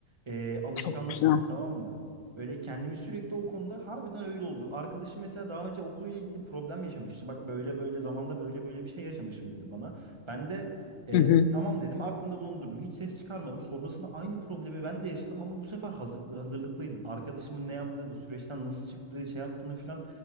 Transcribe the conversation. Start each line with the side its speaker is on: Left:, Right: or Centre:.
Right: Ee, alışkanlık
Left: çok güzel.
Right: oldu tamam mı? Böyle kendimi sürekli o konuda harbiden öyle oldu. Arkadaşım mesela daha önce okuluyla ilgili problem yaşamıştı. Bak böyle böyle zamanda böyle böyle bir şey yaşamışım dedi bana. Ben de e,
Left: Hı hı,
Right: tamam dedim aklımda bulundurdum. Hiç ses çıkarmadım. Sonrasında aynı problemi ben de yaşadım ama bu sefer hazırlıklı, hazırlıklıydım. Arkadaşımın ne yaptığı bu süreçten nasıl çıktığı şey yaptığını filan.